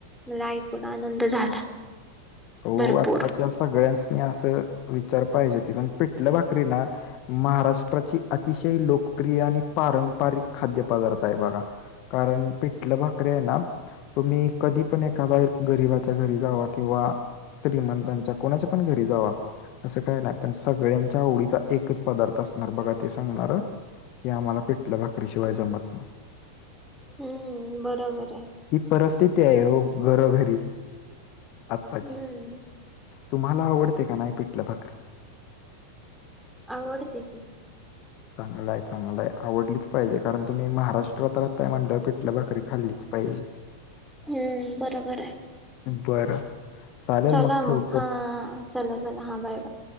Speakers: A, in the centre; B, on the left.
A: मला ऐकून आनंद झाला.
B: हो
A: भरपूर
B: आत्ताच्या सगळ्यांस नी असं विचार पाहिजे ती पिटलं भाकरी ना महाराष्ट्राची अतिशय लोकप्रिय आणि पारंपरिक खाद्यपदार्थ आहे बघा. कारण पिटलं भाकरीे आहे ना तुम्ही कधी पण एखादाया गरीबाच्या घरी जावा किंवा श्रीमंतांच्या कोणाच्या पण घरी जावा असं काय नाय पण सगळ्यांच्या आवडीचा एकच पदार्थ असणार बघा ते सांगणार कि आम्हाला पिटलं भाकरी शिवाय जमत नाही.
A: हम्म बरोबर आहे.
B: हि परिस्थिती आहे हो घरोघरी आत्ताची
A: हम्म
B: तुम्हाला आवडते का नाय पीठला भाकरी?
A: आवडतं की
B: चांगलाय चांगलाय आवडलीच पाहिजे कारण तुम्ही महाराष्ट्रात राहताय म्हणलं पीठला भाकरी खाल्लीच पाहिजे.
A: हम्म बरोबर आहे.
B: बरं चालेल
A: चला
B: ठेवतो.
A: मग हा चला चला हा बाय बाय.